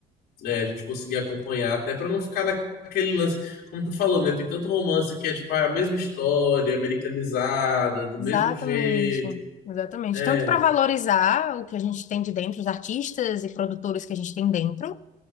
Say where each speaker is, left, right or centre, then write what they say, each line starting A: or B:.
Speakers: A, on the left; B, on the left.
A: né, a gente conseguir acompanhar, até para não ficar naquele lance, como tu falou, né? Tem tanto romance que é tipo a mesma história, americanizada, do
B: Exatamente.
A: mesmo jeito.
B: Exatamente.
A: É.
B: Tanto para valorizar o que a gente tem de dentro, os artistas e produtores que a gente tem dentro,